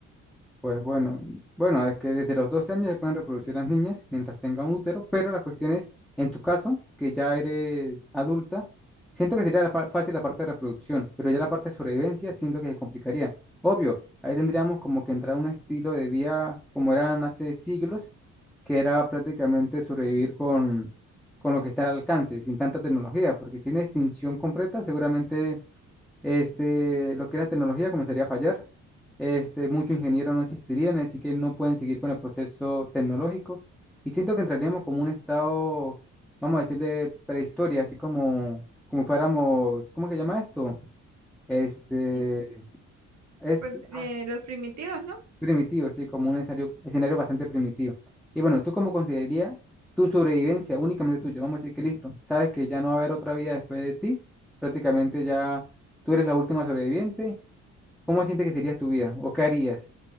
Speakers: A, in the centre; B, on the right.
A: Pues bueno, bueno, es que desde los 12 años se pueden reproducir las niñas mientras tengan útero, pero la cuestión es, en tu caso, que ya eres adulta, siento que sería la fa- fácil la parte de reproducción, pero ya la parte de sobrevivencia siento que se complicaría. Obvio, ahí tendríamos como que entrar a un estilo de vida como eran hace siglos, que era prácticamente sobrevivir con, con lo que está al alcance, sin tanta tecnología, porque si hay una extinción completa, seguramente este, lo que es la tecnología comenzaría a fallar. Este, muchos ingenieros no existirían, así que no pueden seguir con el proceso tecnológico. Y siento que entraríamos como un estado, vamos a decir, de prehistoria, así como, como fuéramos, ¿cómo que se llama esto? Este,
B: Eh,
A: es
B: Pues
A: ah,
B: eh, los primitivos, ¿no?
A: primitivo, sí, como un escenario, escenario bastante primitivo. Y bueno, ¿tú cómo considerarías tu sobrevivencia únicamente tuya? Vamos a decir que listo, sabes que ya no va a haber otra vida después de ti, prácticamente ya tú eres la última sobreviviente ¿Cómo sientes que sería tu vida? ¿O qué harías?